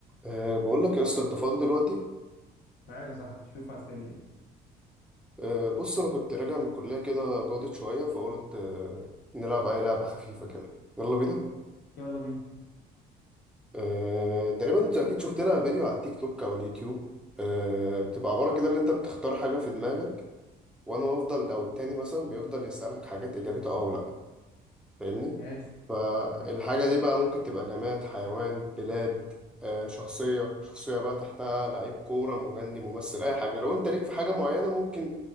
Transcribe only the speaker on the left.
معاك يا صاحبي شوف عايز تعمل ايه
يلا بينا
ماشي
يعني